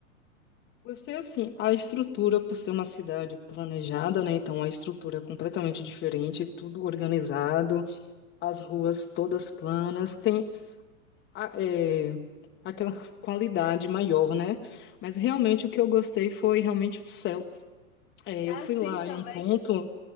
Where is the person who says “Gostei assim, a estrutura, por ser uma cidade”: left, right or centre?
Left